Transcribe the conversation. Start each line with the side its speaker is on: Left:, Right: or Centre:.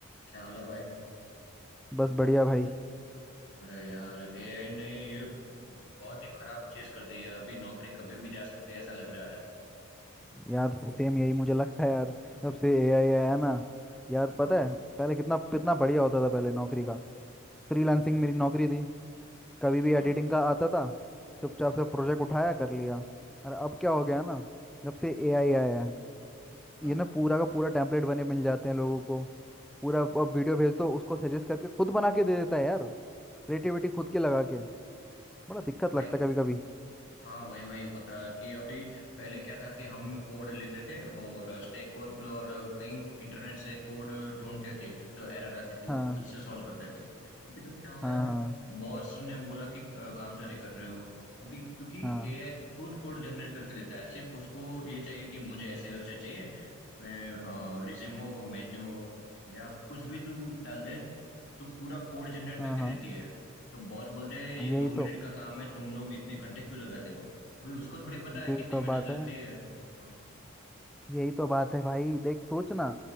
Left: क्या हाल है भाई
Centre: बस बढ़िया भाई
Left: अरे यार एआई ने ये बहुत ही खराब चीज कर दी है अभी नौकरी कभी भी जा सकती है ऐसा लग रहा है
Centre: यार सेम यही मुझे लगता है यार जब से एआई आया ना यार
Left: हाँ
Centre: पता है पहले कितना कितना बढ़िया होता था पहले नौकरी का फ्रीलांसिंग मेरी नौकरी थी कभी भी एडिटिंग
Left: हाँ
Centre: का आता था चुपचाप से प्रोजेक्ट उठाया कर लिया और अब क्या हो गया ना जब से एआई आया है
Left: हाँ
Centre: ये ना पूरा का पूरा टेम्पलेट बने मिल जाते हैं लोगों को पूरा अब वीडियो भेज दो उसको सजेस्ट करके खुद बना के दे देता है यार क्रिएटिविटी खुद की लगा के बड़ा दिक्कत
Left: वही
Centre: लगता है कभी कभी
Left: हाँ वही वही होता है कि अभी पहले क्या था कि हम कोड लेते थे और स्टैक ओवरफ्लो और कहीं इंटरनेट से कोड ढूंढते थे जो एरर आती थी वो
Centre: हाँ
Left: खुद से सॉल्व करते थे अभी तो क्या है
Centre: हाँ हाँ
Left: बॉस ने बोला कि अ, काम चोरी कर रहे हो अभी क्योंकि
Centre: हाँ
Left: एआई खुद कोड जनरेट करके देता है सिर्फ उसको ये चाहिए कि मुझे ऐसी वेबसाइट चाहिए जिसमें रिज्यूम हो मेन्यू हो या कुछ भी तू डाल दे तो पूरा कोड जनरेट
Centre: हाँ
Left: करके देती है तो बॉस बोलते हैं ये
Centre: हाँ यही
Left: दो मिनट
Centre: तो
Left: का काम है तुम लोग इतने घंटे क्यों लगाते हो अभी उसको थोड़ी पता
Centre: यही
Left: है कितनी
Centre: तो
Left: मेहनत
Centre: बात
Left: लगती
Centre: है
Left: है हाँ
Centre: यही तो बात है भाई देख सोच ना